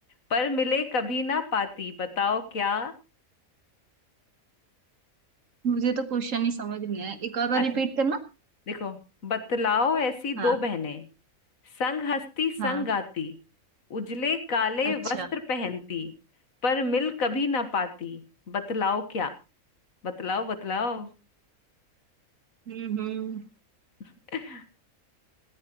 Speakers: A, on the left; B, on the right.
A: पर मिले कभी ना पाती बताओ क्या
B: मुझे तो क्वेश्चन ही समझ नहीं आया एक और बार
A: अच्छा
B: रिपीट करना
A: देखो बतलाओ ऐसी
B: हाँ
A: दो बहनें संग हंसती
B: हाँ
A: संग गाती उजले काले
B: अच्छा
A: वस्त्र पहनती पर मिल कभी ना पाती बतलाओ क्या बतलाओ बतलाओ
B: हम्म हम्म
A: <laughs>